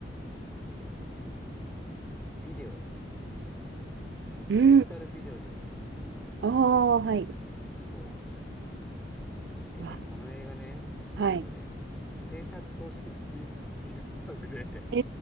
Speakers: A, in the centre; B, on the right.
A: えーっとね、ビデオ、
B: うん。
A: レンタルビデオで見た。
B: おー、はい。
A: そう。でね、
B: うわ、
A: この映画ね、なんとね、
B: はい。
A: 制作総指揮スティーブン・スピルバーグで
B: え